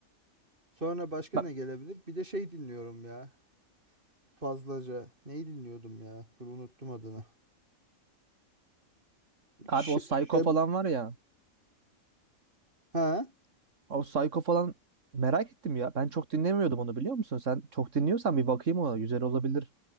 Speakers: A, on the right; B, on the right.
A: Sonra başka
B: Bak
A: ne gelebilir? Bir de şey dinliyorum ya. Fazlaca. Neyi dinliyordum ya? Dur unuttum adını.
B: abi
A: Şe-
B: o Psycho
A: Şem-
B: falan var ya.
A: ha
B: O Psycho falan merak ettim ya. Ben çok dinlemiyordum onu biliyor musun? Sen çok dinliyorsan bir bakayım ona. Güzel olabilir.